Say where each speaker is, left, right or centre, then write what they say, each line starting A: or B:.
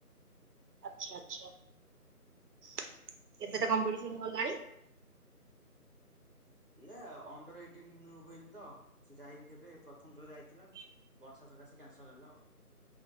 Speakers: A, on the right; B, on the right.
A: ଆଚ୍ଛା ଆଚ୍ଛା କେତେଟା କମ୍ପିଟିସନ ଗଲାଣି?
B: ଏଇଆ ଅଣ୍ଡର ଇଟିନ ହୁଏନି ତ ସେ ଯାଇନି କେବେ ପ୍ରଥମ ଥର ଯାଇଥିଲା। ବର୍ଷା ସକାଶେ କ୍ୟାନସଲ ହେଲା ଆଉ।